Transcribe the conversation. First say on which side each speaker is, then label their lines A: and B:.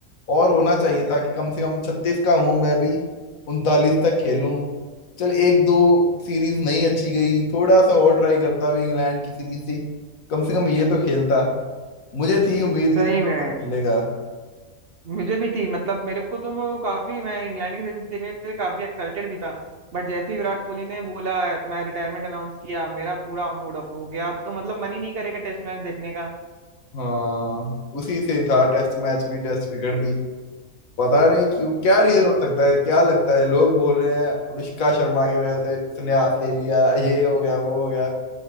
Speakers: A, on the left; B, on the right.
A: और होना चाहिए था कि कम से कम छत्तीस का हूं मैं भी उनतालीस तक खेलूं चल एक दो सीरीज नहीं अच्छी गई थोड़ा सा और ट्राई करता भी इंग्लैंड की सीरीज से कम से कम ये तो खेलता मुझे थी उम्मीद
B: सही
A: कि थोड़ा
B: में
A: बहुत खेलेगा
B: मुझे भी थी मतलब मेरे को तो वो काफी मैं इंग्लैंड की सीरीज देखने के लिए काफी एक्साइटेड भी था बट जैसे ही विराट कोहली ने बोला मैं रिटायरमेंट अनाउंस किया मेरा पूरा मूड ऑफ हो गया अब तो मतलब मन ही नहीं करेगा टेस्ट मैच देखने का
A: हाँ उसी से था टेस्ट मैच भी टेस्ट क्रिकेट भी पता नहीं क्यों क्या रीजन
B: सही
A: हो सकता है क्या लगता है लोग बोल रहे हैं अनुष्का शर्मा की वजह से संन्यास ले लिया ये हो गया वो हो गया